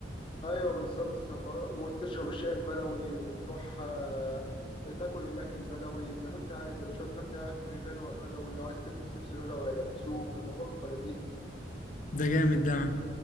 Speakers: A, on the left; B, on the left.
A: ايوه بالظبط سفر وتشرب الشاي البدوي وتروح آه، تاكل الاكل البدوي زي ما انت عايز يا باشا تغني اكل غنوه بدوي عايز تلبس لبس بدوي هيلبسوك الموضوع بيبقى لذيذ
B: ده جامد ده يا عم.